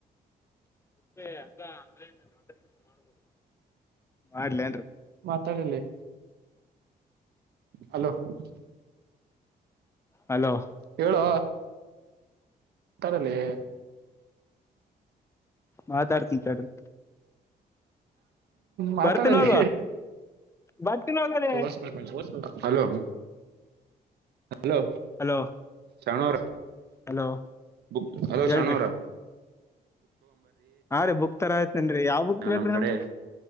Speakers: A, on the left (about 15°); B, on the right (about 85°).
A: ಮತ್ತೆ ಅ ಆನ್ಲೈನ್ ಮಾಡಗಿಂತ ಮಾಡ್ಬೋದು ಮಾಡ್ಲನ್ರಿ
B: <unintelligible> ತಳ ಹಲೋ <unintelligible>
A: ಹಲೋ
B: ಹೇಳೋ ಮಾತಾಡಲೇ
A: ಮಾತಾಡ್ತಿನ್ ತಡ್ರಿ
B: ಮಾತಾಡಲೇ
A: ಬರ್ತೀನಿ ಹೋಗು ಬರ್ತೀನಿ ಹೋಗಲೇ
B: ವಸ್ <unintelligible> ವಸ್ <unintelligible> ಹಲೋ ಹಲೋ
A: ಹಲೋ
B: ಶರಣು ಅವ್ರೇ
A: ಹಲೋ
B: ಬಕ್ ಹಲೋ
A: ಹೇಳ್ರಿ
B: ಶಾಣು ಅವ್ರೆ
A: ಹಾ ರೀ ಬುಕ್ ತರಕತಿನ್ರಿ ಯಾವ್ ಬುಕ್ ಬೇಕ್ರೀ
B: ನಮ್ ಕಡೆ
A: ನಮ್ಗೆ